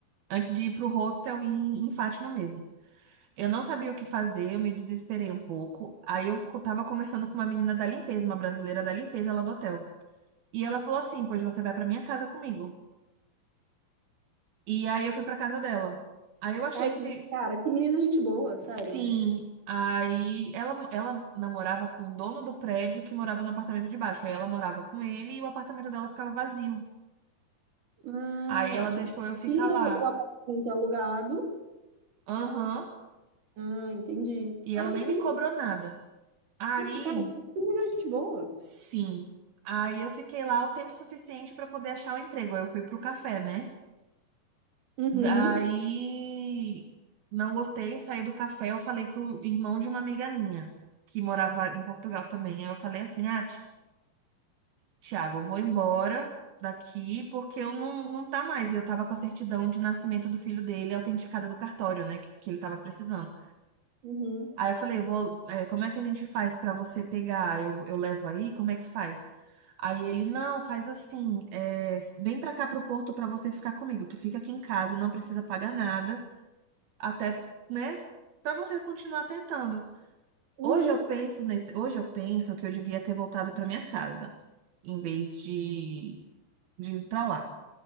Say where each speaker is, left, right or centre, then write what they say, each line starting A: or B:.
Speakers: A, on the right; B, on the right.
A: Antes de ir pro hostel em, em Fátima mesmo. Eu não sabia o que fazer, eu me desesperei um pouco. Aí eu co- tava conversando com uma menina da limpeza, uma brasileira da limpeza lá do hotel. E ela falou assim: "Pois você vai pra minha casa comigo". E aí eu fui pra casa dela. Aí eu achei
B: Ai,
A: esse
B: que cara, que menina gente boa, sério.
A: Sim, aí ela, ela namorava com o dono do prédio que morava no apartamento de baixo. Aí ela morava com ele e o apartamento dela ficava vazio.
B: Ah,
A: Aí ela
B: tipo,
A: deixou eu ficar
B: tinha
A: lá.
B: o apartamento alugado.
A: Aham.
B: Ah, entendi.
A: E
B: Ai,
A: ela
B: que
A: nem
B: fi,
A: me cobrou nada. Aí,
B: que fi, cara, que menina gente boa.
A: sim. Aí eu fiquei lá o tempo suficiente pra poder achar um emprego. Aí eu fui pro café, né?
B: Uhum,
A: Daí não gostei, saí do café. Eu falei pro irmão de uma amiga minha que morava em Portugal também. Aí eu falei assim: ah, Tiago, eu vou embora daqui porque eu não, não tá mais. E eu tava com a certidão de nascimento do filho dele autenticada do cartório, né? Que, que ele tava precisando.
B: uhum,
A: Aí eu falei, vou, é, como é que a gente faz pra você pegar? Eu, eu levo aí? Como é que faz? Aí ele, não, faz assim, é, vem pra cá pro Porto pra você ficar comigo. Tu fica aqui em casa, não precisa pagar nada, até, né? Pra você continuar tentando.
B: uhum.
A: Hoje eu penso nesse, hoje eu penso que eu devia ter voltado pra minha casa, em vez de de ir pra lá.